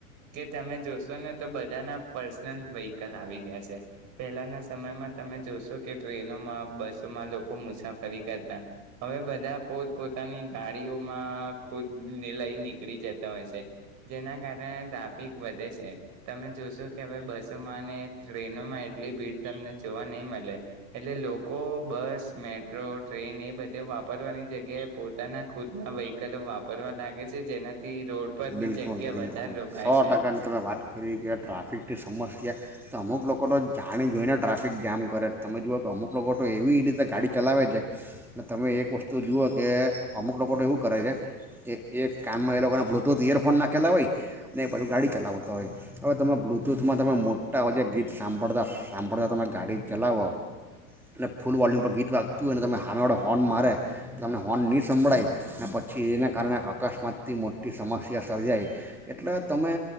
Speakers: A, on the right; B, in the centre.
A: કે તમે જોશો ને તો બધાના પર્સનલ વ્હીકલ આવી ગયા છે પહેલાંના સમયમાં તમે જોશો કે. ટનોમાં બસોમાં લોકો મુસાફરી કરતા હવે બધા પોત પોોતાની ગાડીઓમાં ખુદ ને લઈ નીકળી જતા હોય છે જેના કારણે ટ્રાફિક વધે છે તમે જોશો કે હવે બસોમાં ટ્રેનોમાં એટલી ભીડ તમને જોવા નહી મળે. એટલે લોકો બસ મેટ્રો ટ્રેન એ બધે વાપરવાની જગ્યાએ પોતાના ખુદના વ્હીકલો વાપરવા લાગે છે જેનાથી રોડ. પર
B: બિલકુલ
A: બી જગ્યા
B: બિલકુલ
A: વધારે રોકાય
B: સો
A: છે
B: ટકાની તમે વાત કરી કે ટ્રાફિકની સમસ્યા તો અમુક લોકો. લોકો તો જાણી જોઈને ટ્રાફિક જામ કરે તમે જુઓ કે અમુક લોકો તો એવી રીતે ગાડી ચલાવે છે તમે એક વસ્તુ જુઓ કે અમુક લોકો તો એવું કરે છે કે એક કામમાં એ લોકોના. બટૂથ ઈયરફોન નાખેલા હોય ને એ બાજુ ગાડી ચલાવતા હોય હવે તમે બ્લુટૂથમાં તમે મોટા જે ગીત સાંભળતા સાંભળતા તમે ગાડી ચલાવો અને ફૂલ વોલ્યુમ પર ગીત વાગતું હોય ને તમે હાના વડે હોર્ન મારે તો તમને હોર્ન નહીં સંંભળાય ને પછી એને કારણે અકસ્માતથી મો. થી સમસ્યા સર્જાય એટલે તમે